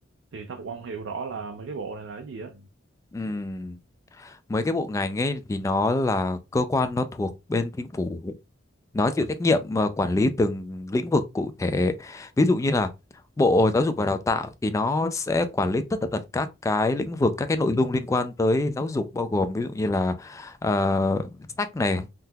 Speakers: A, on the right (about 80°); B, on the left (about 15°).
A: thì tao cũng không hiểu rõ là mấy cái bộ này là cái gì á
B: Ừm, Mấy cái bộ ngành ấy thì nó là cơ quan nó thuộc bên chính phủ nó chịu trách nhiệm mà quản lý từng lĩnh vực cụ thể ví dụ như là Bộ Giáo dục và Đào tạo thì nó sẽ quản lý tất tật các cái lĩnh vực các cái nội dung liên quan tới giáo dục bao gồm ví dụ như là ờ, sách này